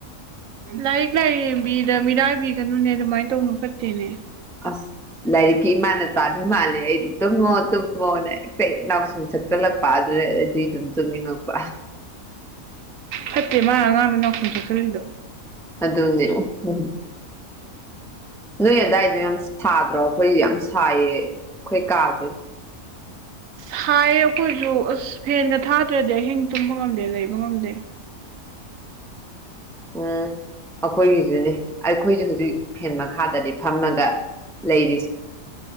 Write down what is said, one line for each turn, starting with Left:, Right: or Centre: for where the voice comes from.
Right: ꯂꯥꯏꯔꯤꯛ ꯂꯥꯏꯔꯦꯝꯕꯤꯗ ꯃꯤꯔꯥꯏꯕꯤꯒꯅꯨꯅꯦ ꯑꯗꯨꯃꯥꯏ ꯇꯧꯅꯨ ꯐꯠꯇꯦꯅꯦ꯫
Centre: ꯑꯁ ꯂꯥꯏꯔꯤꯛꯀꯤ ꯏꯃꯥꯅ ꯆꯥꯟꯕ ꯃꯥꯜꯂꯦ ꯑꯩꯗꯤ ꯇꯨꯝꯃꯣ ꯇꯨꯝꯃꯣꯅ ꯍꯛꯇ ꯅꯥꯎꯁꯨꯝ ꯁꯠ ꯁꯛꯂꯛꯄ ꯄꯖꯔꯗꯤ ꯑꯗꯨꯝ ꯇꯨꯡꯅꯤꯡꯉꯛꯄ
Right: ꯐꯠꯇꯦ ꯃꯥ ꯑꯉꯥꯡꯗ ꯅꯥꯎꯁꯨꯝ ꯁꯛꯆꯜꯂꯤꯗꯣ꯫
Centre: ꯑꯗꯨꯅꯦ ꯎꯝ ꯍꯨꯝ ꯅꯣꯏ ꯑꯗꯥꯏꯗꯣ ꯌꯥꯝ ꯁꯥꯗ꯭ꯔꯣ ꯑꯩꯈꯣꯏ ꯌꯥꯝ ꯁꯥꯏꯌꯦ ꯑꯩꯈꯣꯏ ꯀꯥꯁꯦ
Right: <inaudible> ꯁꯥꯏꯌꯦ ꯑꯈꯣꯏꯁꯨ ꯑꯁ ꯐꯦꯟꯒ ꯊꯥꯗ꯭ꯔꯗꯤ ꯑꯍꯤꯡ ꯇꯨꯝꯕ ꯉꯝꯗꯦ ꯂꯩꯕ ꯉꯝꯗꯦ
Centre: ꯎꯝ ꯑꯈꯣꯏꯒꯤꯁꯨꯅꯤ ꯑꯩꯈꯣꯏꯁꯨ ꯍꯧꯖꯤꯛ ꯐꯦꯟ ꯃꯈꯥꯗꯗꯤ ꯐꯝꯃꯒ ꯂꯩꯔꯤꯁꯤ